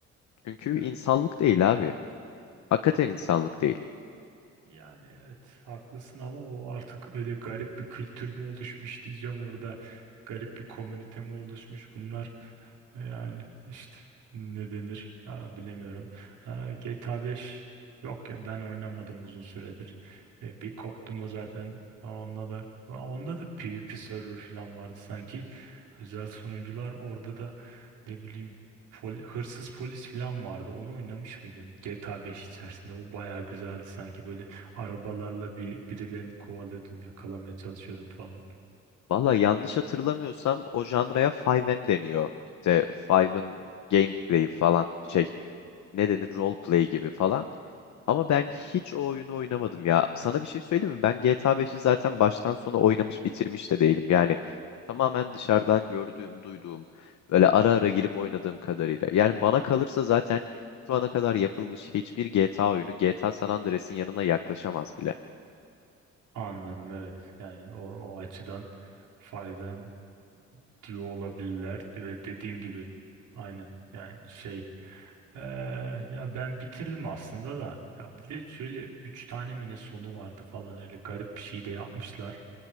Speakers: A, on the left (about 70°); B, on the right (about 80°).
A: Çünkü
B: Yani
A: insanlık
B: o-
A: değil abi. Hakikaten
B: evet.
A: insanlık değil.
B: Yani evet haklısın ama o artık öyle garip bir kültür mü oluşmuş diyeceğim orada. Garip bir komünite mi oluşmuş bunlar. Yani işte ne denir ya bilemiyorum. Ha, GTA 5 yok ya ben oynamadım uzun süredir. Ve bir koptum o zaten. Ha, Onda da onda da PvP server falan vardı sanki. Özel sunucular orada da ne bileyim pol- hırsız polis falan vardı. Onu oynamış mıydın? GTA 5 içerisinde o bayağı güzeldi sanki böyle arabalarla bir birilerini kovalıyordun, yakalamaya çalışıyordun falan.
A: Valla yanlış hatırlamıyorsam o janraya 5M deniyor. İşte 5'ın gameplay falan şey ne denir roleplay gibi falan. Ama ben hiç o oyunu oynamadım ya. Sana bir şey söyleyeyim mi? Ben GTA 5'i zaten baştan sona oynamış bitirmiş de değilim. Yani tamamen dışarıdan gördüğüm, duyduğum, böyle ara ara gelip oynadığım kadarıyla. Yani bana kalırsa zaten şu ana kadar yapılmış hiçbir GTA oyunu GTA San Andreas'in yanına yaklaşamaz bile.
B: Anladım evet. Yani o, o açıdan 5M diyor olabilirler ve dediğin gibi aynen yani şey Ee, ya ben bitirdim aslında da. Ya bir de şöyle üç tane mi ne sonu vardı falan öyle garip bir şey de yapmışlar.